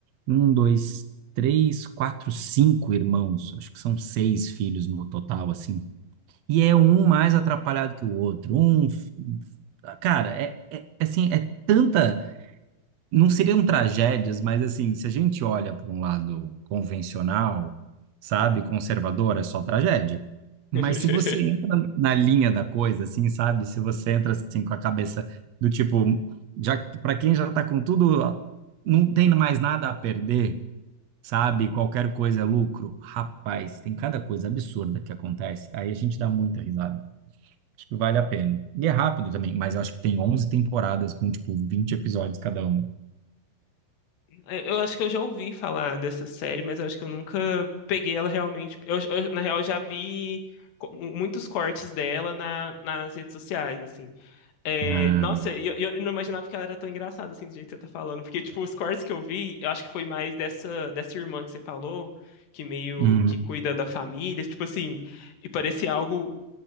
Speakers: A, on the right; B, on the left.
A: um, dois, três, quatro, cinco irmãos. Acho que são seis filhos no total, assim. E é um mais atrapalhado que o outro. Um, f- cara, é, é é assim, é tanta não seriam tragédias, mas assim, se a gente olha para um lado convencional, sabe, conservador, é só tragédia. Mas
B: <laughs>
A: se você entra na linha da coisa, assim, sabe, se você entra assim com a cabeça do tipo, já para quem já está com tudo, não tem mais nada a perder, sabe, qualquer coisa é lucro. Rapaz, tem cada coisa absurda que acontece. Aí a gente dá muita risada. Acho que vale a pena. E é rápido também, mas eu acho que tem 11 temporadas com, tipo, 20 episódios cada um
B: É, Eu acho que eu já ouvi falar dessa série, mas eu acho que eu nunca peguei ela realmente. Eu, eu, na real, já vi co- mu- muitos cortes dela na, nas redes sociais, assim. É,
A: Ah,
B: nossa, e eu, e eu não imaginava que ela era tão engraçada, assim, do jeito que você tá falando. Porque, tipo, os cortes que eu vi, eu acho que foi mais dessa, dessa irmã que você falou, que meio
A: Uhum.
B: que cuida da família, tipo assim, e parecia algo